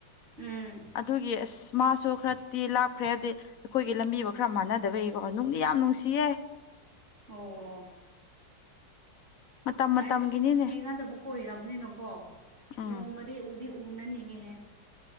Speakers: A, on the right; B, on the left.
A: ꯎꯝ
B: ꯑꯗꯨꯒꯤ ꯑꯁ ꯃꯥꯁꯨ ꯈꯔ ꯇꯤ ꯂꯥꯞꯈ꯭ꯔꯦ ꯍꯥꯏꯕꯗꯤ ꯑꯩꯈꯣꯏꯒꯤ ꯂꯝꯕꯤꯒ ꯈꯔ ꯃꯥꯟꯅꯗꯕꯒꯤꯀꯣ ꯅꯨꯡꯗꯤ ꯌꯥꯝ ꯅꯨꯡꯁꯤꯌꯦ
A: ꯑꯣ
B: ꯃꯇꯝ ꯃꯇꯝꯒꯤꯅꯤꯅꯦ
A: ꯑꯩꯁꯨ ꯊꯦꯡꯅꯗꯕ ꯀꯣꯏꯔꯕꯅꯤꯅꯀꯣ
B: ꯎꯝ
A: ꯅꯣꯡꯃꯗꯤ ꯎ ꯗꯤ ꯎꯅꯅꯤꯡꯉꯤ ꯍ‌ꯦ